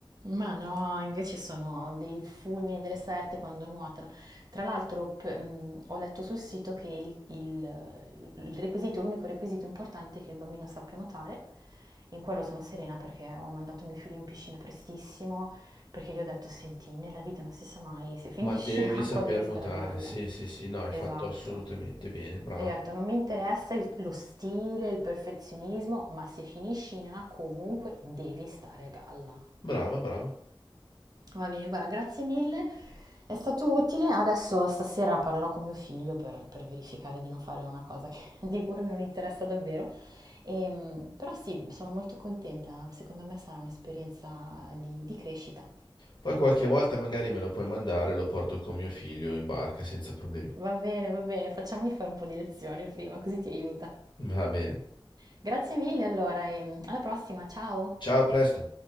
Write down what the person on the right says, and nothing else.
Ma no, invece sono dei fulmini delle sette quando nuotano. Tra l'altro, p- mh, ho letto sul sito che il, il- il requisito, l'unico requisito importante è che il bambino sappia nuotare. In quello sono serena perché ho mandato mio figlio in piscina prestissimo, perché gli ho detto, senti, nella vita non si sa mai, se finisci
in acqua
devi
stare a galla.
Esatto.
E gli ho detto, non mi interessa il- lo stile, il perfezionismo, ma se finisci in acqua ovunque devi stare a galla.
Va bene, guarda, grazie mille. È stato utile. Adesso stasera parlerò con mio figlio per, per verificare di non fare una cosa che- <laughs> di cui lui non interessa davvero. Ehm, però sì, sono molto contenta. Secondo me sarà un'esperienza di, di crescita.
Va bene, va bene, facciamogli fare un po' di lezioni prima, così ti aiuta.
Grazie mille allora e alla prossima, ciao!